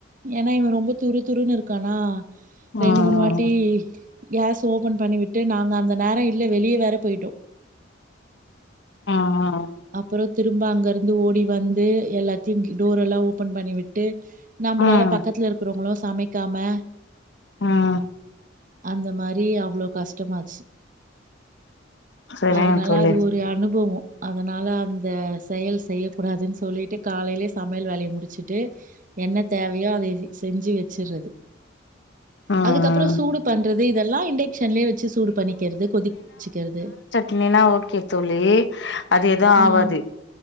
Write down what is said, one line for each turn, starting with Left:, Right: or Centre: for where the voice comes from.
Right: ஏன்னா இவ ரொம்ப துரு துருன்னு இருக்கானா
Left: ம்
Right: ரெண்டு மூணு வாட்டி கேஸ் ஓபன் பண்ணிவிட்டு நாங்க அந்த நேரோ இல்ல வெளிய வேற போயிட்டோ
Left: ஆ ஆ
Right: அப்புறோ திரும்ப அங்க இருந்து ஓடி வந்து எல்லாத்தையு டோரெல்லா ஓபன் பண்ணி விட்டு நம்மளால
Left: ம்
Right: பக்கத்துல இருக்கிறவங்களு சமைக்காம
Left: ம்
Right: அந்த மாரி அவ்வளோ கஷ்டமாச்சி
Left: சரிங்க
Right: அதனால
Left: தோழி
Right: அது ஒரு அனுபவோ அதனா அந்த செயல் செய்யக்கூடாதுன்னு சொல்லிட்டு காலைலேயே சமையல் வேலைய முடிச்சுட்டு என்ன தேவயோ அதய செஞ்சு வெச்சிறது
Left: ம்
Right: அதுக்கப்புறோ சூடு பண்றது இதெல்லா இண்டெக்க்ஷன்லயே வெச்சு சூடு பண்ணிக்கிறது கொதிச்சுக்கிறது
Left: இல்லேன்னா ஓக்கே தோழி அது எது ஆவாது
Right: ம்.